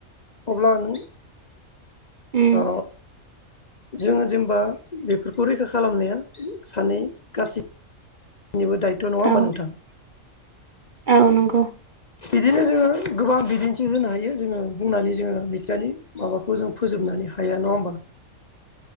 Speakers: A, on the left (about 40°); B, on the right (about 45°).
A: अब्ला नों
B: उम
A: ओ जोङो जेनेबा बेफोरखौ रैखा खालामनाया सानै गासै नैनिबो दायथ' नङा होनोमबा
B: औ
A: नोंथां।
B: औ नंगौ।
A: बिदिनो जोङो गोबां बिदिन्थि होनो हायो जोङो बुंनानै जोङो मिथिंगानि माबाखौ जों फोजोबनानै मानि हाया नङा होमबा।